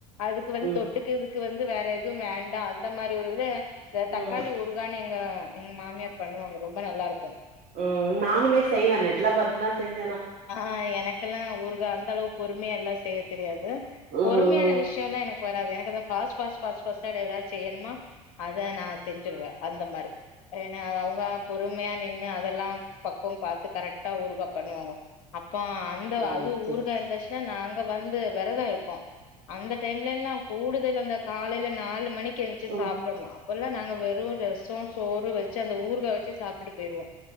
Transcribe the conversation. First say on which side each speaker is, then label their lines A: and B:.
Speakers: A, on the left; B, on the right.
A: அதுக்கு வந்து
B: ம்
A: தொட்டுக்குறதுக்கு வந் ந்து வேற எதும் வேண்டா அந்த மாரி ஒரு இது இந்த தக்காளி
B: ம்
A: ஊறுகான் எங்க எங்க மாமியார் பண்ணுவாங்க ரொம்ப நல்லா இருக்கு
B: ம் நானுமே செய்வ நெட்ல பாத்துலா செஞ்
A: ஆ எனக்கெல்லா ஊறுகா அந்த அளவு பொறுமையா எல்லா செய்ய தெரியாது பொறுமையான
B: ம்
A: விஷ்யோ எல்லா எனக்கு வராது எனக்கு அந்த பாஸ்ட் பாஸ்ட் பாஸ்ட் பாஸ்ட் <unintelligible> செய்யணுமா அத நா செஞ்சுருவ அந்த மாரி ஏனா அவங்க பொறுமையா நின்னு அதெல்லாம் பக்குவம் பாத்து கரெக்டா ஊறுகா பண்ணுவாங்க இப்ப அந்த
B: ம்
A: அது
B: சேரி சேரி
A: ஊறுகா இருந்துச்சுன்னா நாங்க வந் து வெரதோ இருப் போ அந்த டைம்லியெல்லா கூடுதல் அந்த காலையில நாலு மணிக்கு கெஞ்சி
B: ம்
A: சாப்பிடணும் எல்லாம் நாங்க வெறும் ரசம் சோறு வச்சு அந்த ஊறுகாய் வச்சு சாப்பிட்டு போயிடுவோம்